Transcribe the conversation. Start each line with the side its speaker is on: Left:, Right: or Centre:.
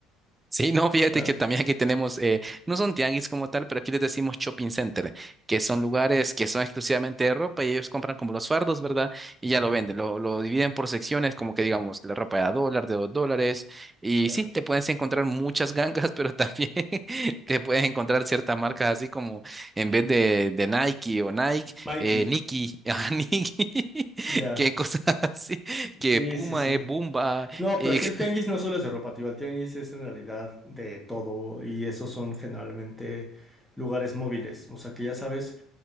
Right: Sí, no, fíjate
Centre: ¿Ya?
Right: que también aquí tenemos, eh, no son tianguis como tal, pero aquí les decimos shopping center, que son lugares que son exclusivamente de ropa y ellos compran como los fardos, ¿verdad? Y ya lo venden, lo, lo dividen por secciones, como que digamos, la ropa de a dólar, de dos dólares, y
Centre: Ya.
Right: sí, te puedes encontrar muchas gangas, pero también <laughs> te puedes encontrar ciertas marcas así como en vez de, de Nike o Nike,
Centre: Mikey,
Right: eh, Nike, <laughs> ah, Nike, <laughs>
Centre: ya.
Right: que cosas así, que
Centre: Sí,
Right: Puma
Centre: sí, sí.
Right: es Bumba,
Centre: No,
Right: y...
Centre: pero aquí
Right: <laughs>
Centre: el tianguis no solo es de ropa, tío. El tianguis es en realidad de todo y esos son generalmente lugares móviles. O sea que ya sabes